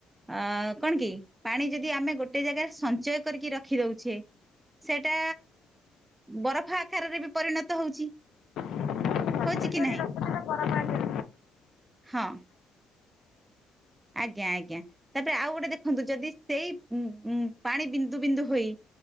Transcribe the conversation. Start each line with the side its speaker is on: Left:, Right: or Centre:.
Right: ଅ କଣ କି ପାଣି ଯଦି ଆମେ ଗୋଟେ ଜାଗାରେ ସଞ୍ଚୟ କରିକି ରଖିଦଉଛେ। ସେଇଟା ବରଫ ଆକାରରେ ବି ପରିଣତ ହଉଛି।
Left: ବାେଶ୍ଵରୀ
Right: ହଉଛି କି ନାହିଁ
Left: ରଥନ ପରମାାଗ <unintelligible>
Right: ହଁ। ଆଜ୍ଞା ଆଜ୍ଞା ତାପରେ ଆଉ ଗୋଟେ ଦେଖନ୍ତୁ ଯଦି ସେଇ ଉ ଉ ପାଣି ବିନ୍ଦୁ ବିନ୍ଦୁ ହୋଇ